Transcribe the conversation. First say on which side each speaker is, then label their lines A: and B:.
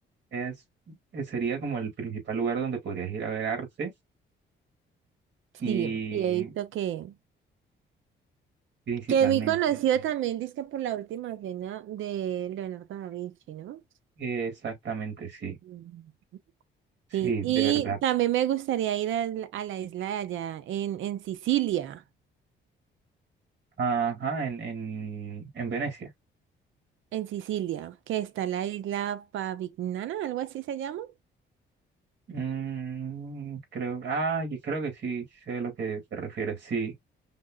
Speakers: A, on the right; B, on the right.
A: Es, eh, sería como el principal lugar donde podrías ir a ver arte
B: Sí,
A: y
B: sí, he visto que...
A: principalmente.
B: Que es muy conocido
A: ahí.
B: también, dice por la última cena de Leonardo da Vinci, ¿no?
A: Exactamente, sí.
B: Mm.
A: Sí,
B: Sí,
A: de
B: y
A: verdad.
B: también me gustaría ir al- a la, isla de allá, en, en Sicilia,
A: Ajá, en, en, en Venecia.
B: en Sicilia, que está la isla Pavignana, algo así se llama.
A: Mm, creo, ah, yo creo que sí, sé a lo que te refieres, sí,